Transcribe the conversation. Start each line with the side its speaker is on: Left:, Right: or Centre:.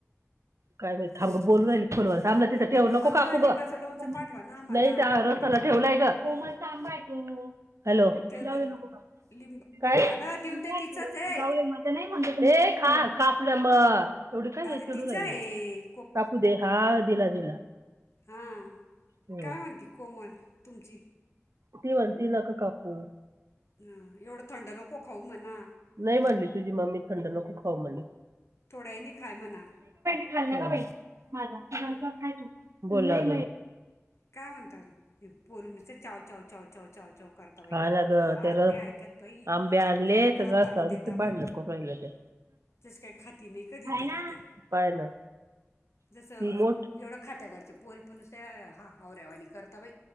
Right: काय माहित थांब बोलू राहिली फोनवर बला तिथ... ठेव नको
Left: अगं
Right: कापू
Left: लिंबाचं
Right: ग
Left: लोणचं
Right: कोम
Left: पाठवा ना आम्हाला
Right: नाही
Left: म्हणे
Right: रसाला ठेवलंय ग कोमल आंबा आहे तू. हॅलो
Left: त्याला
Right: जाऊया नको
Left: लिंब
Right: काय
Left: अगं
Right: तुय
Left: देऊन दे तिचाच आहे
Right: जाऊ माझा नाही म्ह... हे खा काप मग एवढे काय
Left: अरे
Right: चडू
Left: तिचा
Right: राहिले
Left: आहे
Right: कापू दे हा.... हा दिला दिला....
Left: हा
Right: हं.
Left: काय म्हणती कोमल तुमची...
Right: ती म्हणती ना का कापू....
Left: ह एवढं थंड नको खाऊ म्हणा.....
Right: नाही मांडली तुझी मग मी थंड न खूप खाऊ म्हणली....
Left: थोड्याही खाय म्हणा
Right: खाल्लं का बाई माझा....
Left: हम्म!
Right: नंतर खाय तू बोला....
Left: काय म्हणतात पोरी नुसते चाव चाव चाव चाव चाव चाव कर... तई
Right: हा ना
Left: अज
Right: ग
Left: बादने
Right: ते रस
Left: ऐकत भाई
Right: आंबे आणले
Left: लडो करा
Right: तर रस्त्यावर
Left: त आण देेत
Right: ते भांडण
Left: बाई...
Right: करून राहिलं ते
Left: जस काही खाती नाही कधीतरी
Right: खाय ना
Left: त्या
Right: पाय ना
Left: जसं...
Right: ती मोठ
Left: एवढा खात्या घरच्या पोरी पण नुसत्या हाहवऱ्यावाणी करत्या बाई....